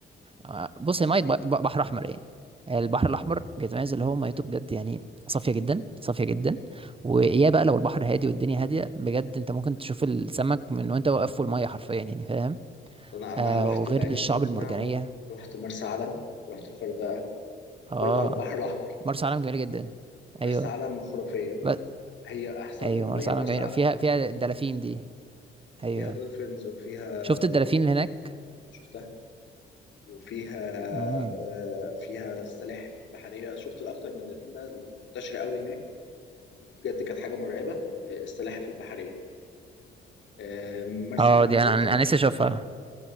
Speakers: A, on the right; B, on the left.
A: آه، بص هي ميه ب- ب- بحر احمر يعني البحر الاحمر بيتميز اللي هو ميته بجد يعني صافيه جدا صافيه جدا ويا بقى لو البحر هادي والدنيا هاديه بجد انت ممكن تشوف السمك من وانت واقف في الميه حرفيا يعني فاهم
B: انا
A: آه
B: انا رحت
A: وغير
B: العين
A: الشعب
B: السخنه
A: المرجانيه
B: ورحت مرسى علم ورحت الغردقه
A: اه
B: كل ده على البحر الاحمر
A: مرسى علم جميله جدا
B: مرسى
A: ايوه
B: علم خرافيه
A: بس
B: هي احسنهم
A: ايوه
B: ميه
A: مرسى
B: مرسى
A: علم جميله
B: علم
A: فيها فيها الدلافين دي ايوه
B: فيها دولفينز وفيها
A: شفت الدلافين
B: وف-
A: اللي هناك
B: شفتها وفيها
A: امم
B: آه، فيها السلاحف البحريه شفت الاكتر من الدلافين بقى المنتشره قوي هناك بجد كانت حاجه مرعبه آه، السلاحف البحريه آه، مرسى
A: اه
B: علم
A: دي
B: ميزتها
A: انا انا لسه اشوفها